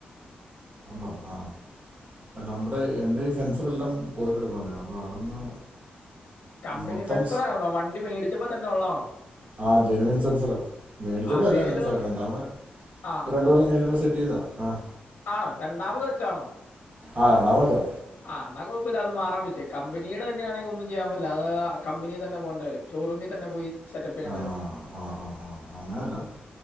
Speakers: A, on the right (about 40°); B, on the left (about 60°).
A: ഒണ്ടോ ആ അപ്പൊ നമ്മടെ എൻ്റെ ഈ സെൻ്ററി ഇത്രല്ലാം പോയിക്കടുക്കന്നരുന്നു അപ്പോ അതൊന്ന്
B: കമ്പനി
A: മൊത്തം
B: സെൻസറാണൊ വണ്ടി മേടിച്ചപ്പോ തന്നെ ഉള്ളണോ.
A: ആഹ് ജിനുവിൻ സെൻസറാ മേടിച്ചപ്പോ
B: അതേല്
A: എല്ല. <unintelligible> ഞൻ
B: ആ
A: ണ്ടു കൊല്ലം കയ്ഞപ്പോ സെ.. ഇതാ അഹ്
B: ആണോ, രണ്ടാമത് ച്ചാണോ?
A: ആഹ് രണ്ടാമെച്ചാ
B: ആഹ്, എന്നാ കൊഴപ്പല്ല്യ അത് മാറാ വെറ്റ് കമ്പനിടെ തന്നെയാണെങ്കി. ഒന്നും ചെയ്യാൻ പറ്റ്‌ല അത് കമ്പിനി തന്നെ പോണ്ടി വരും. ഷോറൂമിതന്നെ പോയി സെറ്റപ്പ് യേണ്ടരും.
A: ആ ആ ആ ആ അങ്ങനെയല്ല